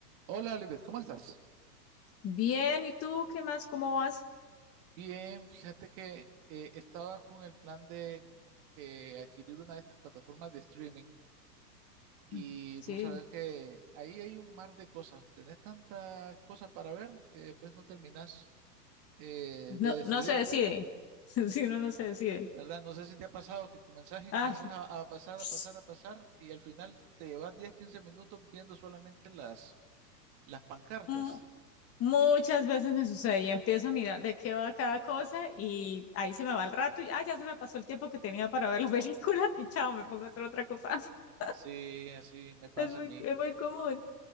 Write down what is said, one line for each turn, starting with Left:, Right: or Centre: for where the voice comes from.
Right: Hola, Lisbeth, ¿cómo estás?
Left: Bien, ¿y tú qué más? ¿Cómo vas?
Right: Bien, fíjate que eh, estaba con el plan de eh, adquirir una de estas plataformas de streaming y
Left: Ujú. Sí,
Right: vos sabés que ahí hay un mar de cosas. Tenés tanta cosa para ver que después no terminás eh,
Left: no,
Right: de decidirte,
Left: no se decide. <laughs> Si uno no se decide.
Right: ¿verdad? No sé si te ha pasado que comenzás y
Left: Ah,
Right: comenzás a, a pasar,
Left: <sniffs>
Right: a pasar, a pasar y al final te llevas 10, 15 minutos viendo solamente las, las pancartas.
Left: mm, muchas veces me sucede y empiezo a mirar de qué va cada cosa y ahí se me va el rato y ah, ya se me pasó el tiempo que tenía para ver la película <laughs> y chao, me pongo a hacer otra cosa. <laughs>
Right: Sí, así me pasa
Left: Es muy,
Right: a mí.
Left: es muy común.